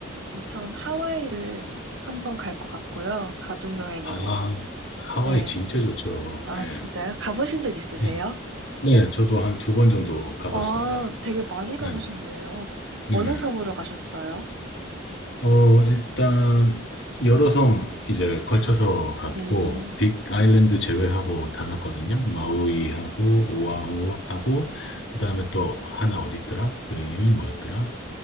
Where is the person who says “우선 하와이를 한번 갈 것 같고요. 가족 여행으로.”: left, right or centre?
Right